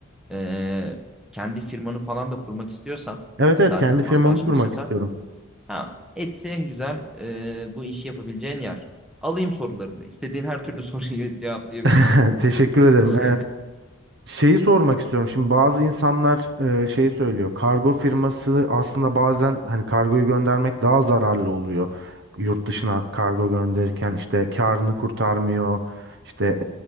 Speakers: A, in the centre; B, on the right.
A: e, kendi firmanı falan da kurmak istiyorsan,
B: Evet evet
A: zaten
B: kendi firmamı
A: markalaşmak
B: kurmak
A: istiyorsan
B: istiyorum.
A: Ha, Etsy en güzel e, bu işi yapabileceğin yer. Alayım sorularını. İstediğin her türlü soruyu <laughs> cevaplayabilirim.
B: <laughs> Teşekkür ederim.
A: <laughs> <laughs>
B: Şeyi sormak istiyorum. Şimdi bazı insanlar e, şey söylüyor. Kargo firması aslında bazen hani kargoyu göndermek daha zararlı oluyor. Yurt dışına kargo gönderirken işte karını kurtarmıyor. İşte